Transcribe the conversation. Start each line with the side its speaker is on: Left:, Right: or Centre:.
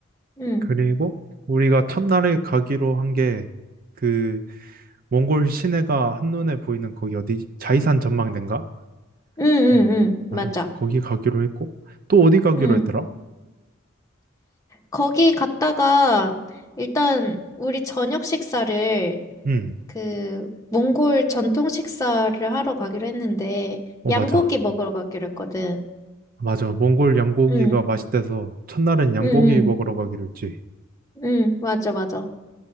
Left: 응,
Right: 그리고 우리가 첫날에 가기로 한 게 그 몽골 시내가 한눈에 보이는 거기 어디 자이산 전망대인가?
Left: 응, 응,
Right: 음,
Left: 응,
Right: 맞아.
Left: 맞아.
Right: 거기 가기로 했고, 또 어디 가기로
Left: 응.
Right: 했더라?
Left: 거기 갔다가 일단 우리 저녁 식사를
Right: 음,
Left: 그 몽골 전통 식사를 하러 가기로 했는데
Right: 어,
Left: 양고기
Right: 맞아.
Left: 먹으러 가기로 했거든.
Right: 맞아. 몽골 양고기가
Left: 응,
Right: 맛있대서 첫날은 양고기
Left: 응, 응,
Right: 먹으러 가기로 했지.
Left: 응, 맞아, 맞아.